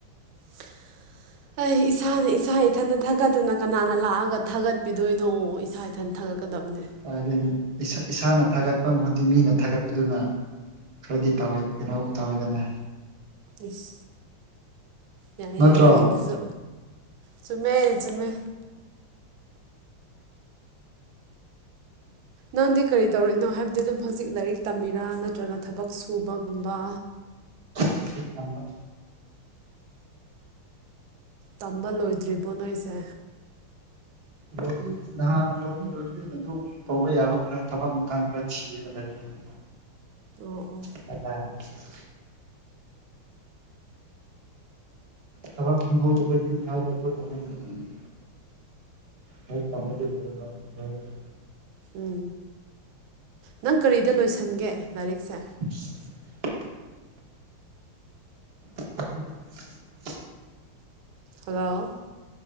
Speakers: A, on the right; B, on the right.
A: <inaudible> ꯑꯩ ꯏꯁꯥꯅ ꯏꯁꯥ ꯏꯊꯟꯇ ꯊꯥꯒꯠꯇꯅ ꯀꯅꯥꯅ ꯂꯥꯛꯑꯒ ꯊꯥꯒꯠꯄꯤꯗꯣꯏꯅꯣ ꯏꯁꯥ ꯏꯊꯟ ꯊꯥꯒꯠ ꯀꯥꯗꯕꯅꯦ
B: ꯍꯥꯏꯗꯤ ꯏꯁꯥꯅ ꯊꯥꯒꯠꯄ ꯃꯍꯨꯠꯇꯤ ꯃꯤꯅ ꯊꯥꯒꯠꯄꯗꯨꯅ ꯈꯔꯗꯤ ꯇꯧꯋꯦ ꯀꯩꯅꯣꯝ ꯇꯧꯋꯦꯗꯅ
A: ꯏꯁ ꯌꯥꯏ
B: ꯅꯠꯇ꯭ꯔꯣ
A: ꯌꯥꯏ ꯅꯪꯒꯤꯗꯨꯁꯨ ꯆꯨꯝꯃꯦ ꯆꯨꯝꯃꯦ ꯅꯪꯗꯤ ꯀꯔꯤ ꯇꯧꯔꯤꯅꯣ ꯍꯥꯏꯕꯗꯤ ꯑꯗꯨꯝ ꯍꯧꯖꯤꯛ ꯂꯥꯏꯔꯤꯛ ꯇꯝꯃꯤꯔꯥ ꯅꯠꯇ꯭ꯔꯒ ꯊꯕꯛ ꯁꯨꯕꯒꯨꯝꯕ
B: ꯂꯥꯏꯔꯤꯛ ꯇꯝꯕ
A: ꯇꯝꯕ ꯂꯣꯏꯗ꯭ꯔꯤꯕꯣ ꯅꯣꯏꯁꯦ
B: ꯂꯣꯏꯗ꯭ꯔꯤ ꯅꯍꯥꯟꯅ ꯂꯣꯏꯗꯤ ꯂꯣꯏꯗ꯭ꯔꯤꯉꯩꯗ ꯑꯗꯨꯝ ꯇꯧꯕ ꯌꯥꯕ ꯈꯔ ꯊꯕꯛ ꯏꯪꯈꯥꯡ ꯈꯔ ꯊꯤꯔꯒ ꯂꯩꯔꯝꯃꯦ
A: ꯑꯣ ꯑꯣ
B: <unintelligible> ꯊꯕꯛ ꯐꯪꯍꯧꯗꯕ ꯌꯨꯠ ꯍꯥꯏꯕꯗꯨ ꯑꯩꯈꯣꯏ ꯀꯥꯡꯕꯨꯅꯤꯅꯦ ꯂꯥꯏꯔꯤꯛ ꯇꯝꯕꯗꯤ ꯂꯣꯏꯔꯒ ꯂꯣꯏꯔꯒ
A: ꯎꯝ ꯅꯪ ꯀꯔꯤꯗ ꯂꯣꯏꯁꯟꯒꯦ ꯂꯥꯏꯔꯤꯛꯁꯦ
B: <unintelligible> <unintelligible>
A: ꯍꯜꯂꯣ